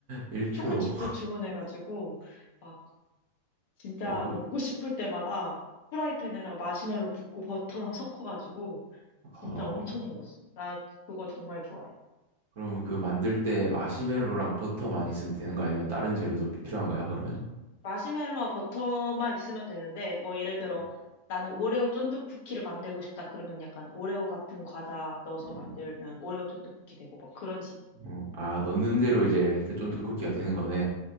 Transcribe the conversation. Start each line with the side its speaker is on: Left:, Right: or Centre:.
Right: 1kg.
Left: 초코칩도 주문해가지고 막 진짜
Right: 어, 그,
Left: 먹고 싶을 때마다 프라이팬에다가 마시멜로 붓고 버터랑 섞어가지고
Right: 어,
Left: 진짜 엄청 먹었어. 나 그거 정말 좋아해.
Right: 그럼 그 만들 때 마시멜로랑 버터 많이 쓰면 되는 거 아니면 다른 재료도 피- 필요한 거야, 그러면?
Left: 마시멜로와 버터만 있으면 되는데 뭐 예를 들어
Right: 음,
Left: 나는 오레오 쫀득 쿠키를 만들고 싶다. 그러면 약간 오레오 같은 과자 넣어서
Right: 음,
Left: 만들면 오레오 쫀득 쿠키 되고 뭐 그런 식이야.
Right: 어, 아, 넣는 대로 이제 그 쫀득쿠키가 되는 거네.